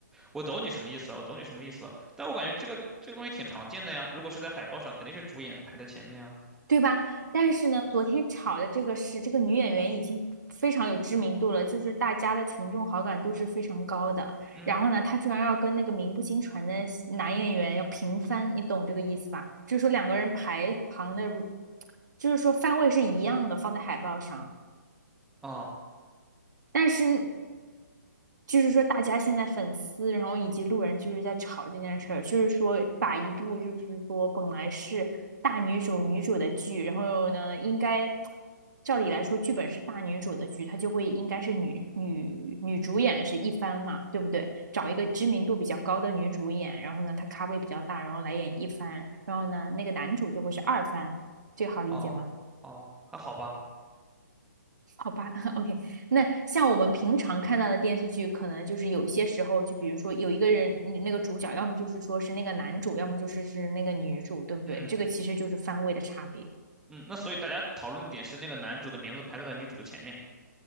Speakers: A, in the centre; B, on the right.
A: 我懂你什么意思了我懂你什么意思了。但我感觉这个这个东西挺常见的呀，如果是在海报上，肯定是主演排在前面啊。
B: 对吧？但是呢，昨天炒的这个是这个女演员已经非常有知名度了，就是大家的群众好感度是非常高的。
A: 嗯，
B: 然后呢，她居然要跟那个名不经传的男演员要平番，你懂这个意思吧？就是说两个人排行的，就是说番位是一样的，放在海报上。
A: 哦
B: 但是就是说大家现在粉丝，然后以及路人就是在吵这件事儿，就是说把一部就是说本来是大女主女主的剧，然后呢应该照理来说剧本是大女主的剧，它就会应该是女女女主演是一番嘛，对不对？找一个知名度比较高的女主演，然后呢她咖位比较大，然后来演一番，然后呢那个男主就会是二番，这个好理解吗？
A: 哦哦，还好吧。
B: 好吧 <laughs>，OK，那像我们平常看到的电视剧，可能就是有些时候，就比如说有一个人，你那个主角，要么就是说是那个男主，要么就是是那个女主，对不对？
A: 嗯。
B: 这个其实就是番位的差别。
A: 嗯，那所以大家讨论的点是那个男主的名字排在了女主的前面，